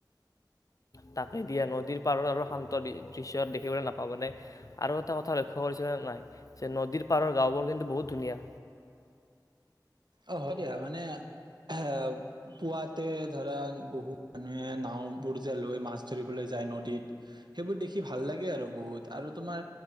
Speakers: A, on the left; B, on the right.
A: তাকে দিয়া নদীৰ পাৰৰ আৰৰ শান্ত দি - দৃশ্য দেখিবলে নাপাবনে আৰু এটা কথা লক্ষ্য কৰিছিলা নাই যে নদীৰ পাৰৰ গাঁওবোৰ কিন্তু বহুত ধুনীয়া।
B: অ হয় দিয়া মানে এ পুৱাতে ধৰা বহুত মানুহে নাওবোৰ যে লৈ মাছ ধৰিবলৈ যায় নদীত, সেইবোৰ দেখি ভাল লাগে আৰু বহুত আৰু তোমাৰ